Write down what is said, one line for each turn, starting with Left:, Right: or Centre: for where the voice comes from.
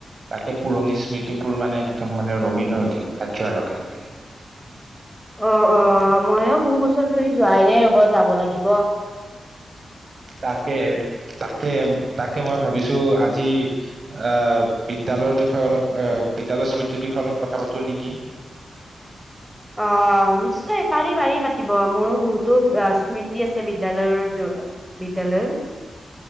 Right: তাতে পুৰণি স্মৃতিবোৰ মানে একদম মানে ৰঙীন হৈ উঠিলে তাত যোৱাৰ লগে লগে।
Centre: অঁ অঁ' মইয়ো বহু বছৰ ধৰি যোৱাই নাই ৰব যাব লাগিব।
Right: তাকে, তাকে তাকে মই ভাবিছোঁ আজি আহ' বিদ্যালয় বিষয়ে অলপ অ বিদ্যালয় স্মৃতিৰ বিষয়ে অলপ কথা পাতোঁ নেকি।
Centre: অ' নিশ্চয় পাৰি পাৰি পাতিব, মোৰো বহুতো স্মৃতি আছে বিদ্যালয়ৰ জো বিদ্যালয়ৰ।